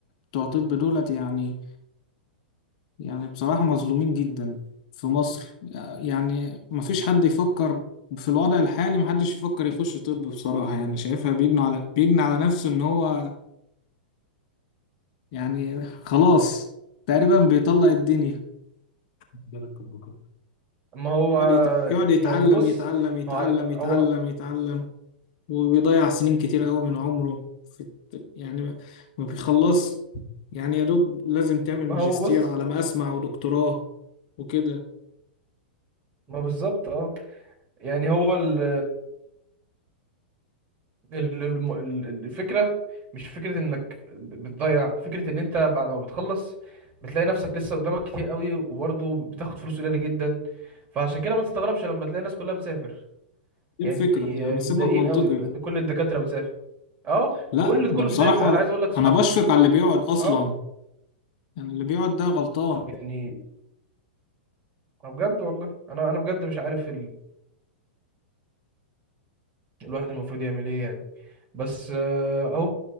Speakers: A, on the left; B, on the right.
A: بتوع طب دولت يعني يعني بصراحة مظلومين جدا في مصر يعني ما فيش حد يفكر في الوضع الحالي ما حدش يفكر يخش طب بصراحة يعني شايفها بيجني على بيجني على نفسه ان هو يعني خلاص تقريبا بيطلق الدنيا مجال الكمبيوتر
B: ما هو
A: يقعد يتع- يقعد يتعلم
B: يعني بص
A: يتعلم يتعلم
B: هو هو
A: يتعلم يتعلم وبيضيع سنين كتير قوي من عمره في الت- يعني ما بيخلص يعني يا دوب لازم تعمل
B: ما
A: ماجستير
B: هو بص
A: على ما أسمع ودكتوراه وكده
B: ما بالظبط اه يعني هو ال ال- الم- ال- ال- الفكرة مش فكرة انك ب- بتضيع فكرة ان انت بعد ما بتخلص بتلاقي نفسك لسه قدامك كتير قوي وبرضه بتاخد فلوس قليلة جدا فعشان كده ما تستغربش لما تلاقي الناس كلها بتسافر
A: دي
B: يعني
A: الفكرة يعني سبب
B: متضايقين
A: منطقي
B: قوي لان كل الدكاترة بتسافر اه
A: لا
B: كل
A: ده
B: كله
A: بصراحة
B: بيسافر انا عايز اقول لك صح
A: أنا بشفق على اللي بيقعد أصلا
B: اه
A: يعني اللي بيقعد ده غلطان
B: يعني آه بجد والله انا انا بجد مش عارف الواحد المفروض يعمل ايه يعني بس آه، اهو